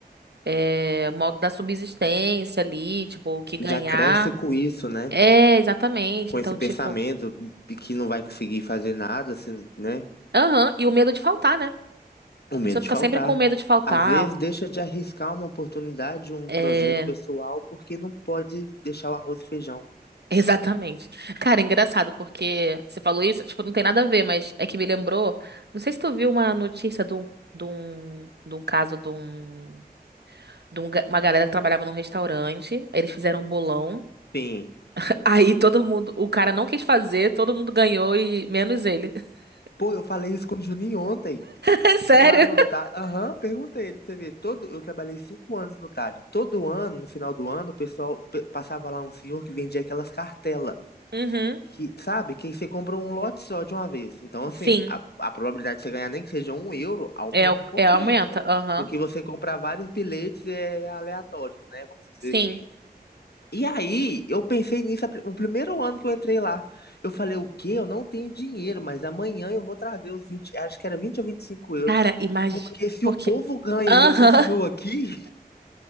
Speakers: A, on the right; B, on the left.
A: é, modo da subsistência ali, tipo, o que ganhar.
B: Já cresce com isso, né?
A: É, exatamente.
B: Com
A: Então,
B: esse pensamento
A: tipo,
B: de que não vai conseguir fazer nada, assim, né?
A: aham, e o medo de faltar, né? A
B: O medo
A: pessoa fica
B: de faltar.
A: sempre com medo de faltar.
B: Às vezes deixa de arriscar uma oportunidade, um
A: É,
B: projeto pessoal, porque não pode deixar o arroz e feijão.
A: <laughs> exatamente. Cara, é engraçado, porque você falou isso, tipo, não tem nada a ver, mas é que me lembrou. Não sei se tu viu uma notícia de um, de um, de um caso de um. de um ga- uma galera que trabalhava num restaurante. Aí Eles fizeram um bolão.
B: Sim.
A: <laughs> Aí todo mundo, o cara não quis fazer, todo mundo ganhou e menos ele. <laughs>
B: Pô, eu falei isso com o Juninho ontem.
A: É Sério?
B: E lá no Talho. Aham, perguntei ele pra você ver. Todo... Eu trabalhei cinco anos no Talho. Todo ano, no final do ano, o pessoal pe- passava lá um senhor que vendia aquelas cartelas.
A: Uhum.
B: Que, sabe, que aí você compra um lote só de uma vez. Então, assim,
A: Sim.
B: a, a probabilidade de você ganhar nem que seja um euro aumenta
A: É, o-
B: um pouquinho
A: é aumenta. Aham.
B: do que você comprar vários bilhetes é, aleatórios, né? Vamos dizer
A: Sim.
B: assim. E aí, eu pensei nisso, a pri- o primeiro ano que eu entrei lá, eu falei, o quê? Eu não tenho dinheiro, mas amanhã eu vou trazer os vinte acho que era 20 ou 25 euros.
A: Cara, imagina.
B: Porque se
A: Porque.
B: o povo ganha
A: Aham.
B: e eu continuo
A: <laughs>
B: aqui,